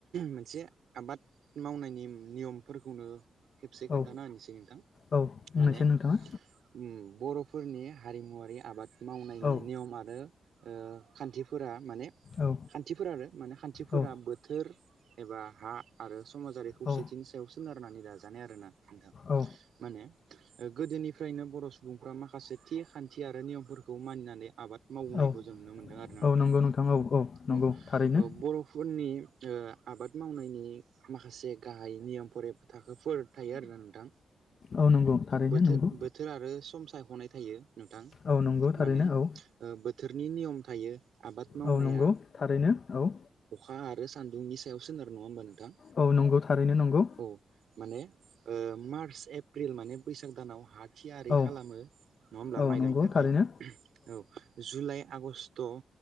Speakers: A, on the right (about 80°); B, on the left (about 40°).
A: मोनसे आबाद मावनायनि नियमफोरखौनो खेबसे खोन्थाना
B: औ
A: होनोसै नोंथां
B: औ बुंनायसाय
A: माने
B: नोंथाङा
A: उम बर' फोरनि हारिमुवारि आबाद मावनायनि
B: औ
A: नियम आरो ओ खान्थिफोरा माने खान्थिफोर
B: औ
A: आरो माने खान्थिफोरा
B: औ
A: बोथोर एबा हा आरो समाजारि खौसेथिनि
B: औ
A: सायावसोन थारनाने दाजानाय आरोना था
B: औ
A: माने गोदोनिफ्रायनो बर' सुबुंफ्रा माखासे थि खान्थि आरो नियमफोरखौ मानिनानै आबाद मावोनायखौ
B: औ
A: जों नुनो मोनदों आरोना नोंथां
B: औ नंगौ औ औ
A: अ
B: नंगौ थारैनो
A: बर'फोरनि ओ आबाद मावनायनि माखासे गाहाय नियमफोर थाखोफोर थायो आरोना नोंथां
B: औ नंगौ थारैनो
A: बोथोर
B: नंगौ
A: बोथोर आरो सम सायख'नाय थायो नोंथां
B: औ नंगौ
A: माने
B: थारैनो औ
A: बोथोरनि नियम थायो आबाद मावनाया
B: औ नंगौ थारैनो औ
A: खा आरो सान्दुंनि सायावसोन आरो नङा होमबा नों थां
B: औ नंगौ थारैनो नंगौ
A: औ माने ओ मार्स एप्रिल माने बैसाग गोदानाव हान थियारि
B: औ
A: खालामो नङा होमब्ला
B: औ
A: माइ
B: नंगौ
A: गायनो थाखाय
B: थारैनो
A: औ जुलाइ आगषट थ ओ